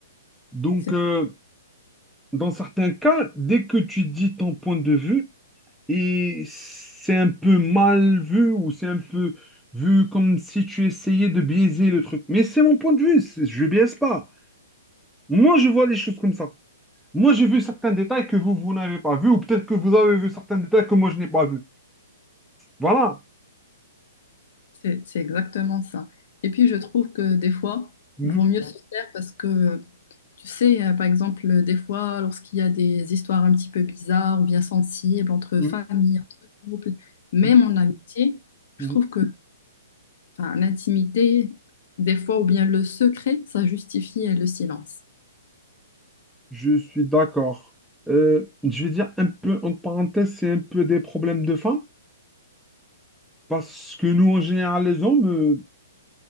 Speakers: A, in the centre; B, on the left (about 50°).
A: Donc,
B: C'est
A: euh, dans certains cas, dès que tu dis ton point de vue, Et c'est un peu mal vu ou c'est un peu vu comme si tu essayais de biaiser le truc. Mais c'est mon point de vue, c'est- je biaise pas. Moi, je vois les choses comme ça. Moi, j'ai vu certains détails que vous, vous n'avez pas vu ou peut-être que vous avez vu certains détails que moi, je n'ai pas vu. Voilà.
B: c'est- c'est exactement ça. Et puis, je trouve que des fois,
A: Mhm,
B: il vaut mieux se taire parce que Tu sais, euh, par exemple, euh, des fois, lorsqu'il y a des histoires un petit peu bizarres ou bien sensibles entre
A: mhm,
B: famille, entre couple, même
A: mhm,
B: en amitié, je
A: mhm.
B: trouve que enfin, l'intimité, des fois, ou bien le secret, ça justifie euh, le silence.
A: Je suis d'accord. Euh, je vais dire un peu, en parenthèse, c'est un peu des problèmes de femmes parce que nous, en général, les hommes... euh,